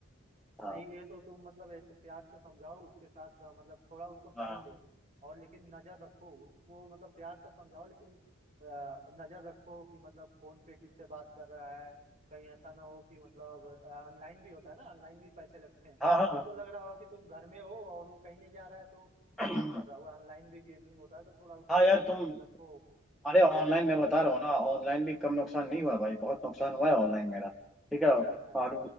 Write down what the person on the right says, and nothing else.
नहीं
ये तो तुम मतलब ऐसे प्यार से समझाओ उसके साथ अ, मतलब थोड़ा उसको टाइम
दो और लेकिन नजर रखो उसको मतलब प्यार से समझाओ लेकिन अ, नजर रखो कि मतलब फोन पे किससे बात कर रहा है कहीं ऐसा ना हो कि मतलब ऑनलाइन भी होता है ना ऑनलाइन भी पैसे लगते हैं तुमको
लग रहा होगा कि तुम घर में हो और वो कहीं नहीं जा रहा है तो
नहीं कर रहा होगा ऑनलाइन भी गेमिंग होता है तो थोड़ा उसके
पे नजर
रखो
तो
अच्छा
अच्छा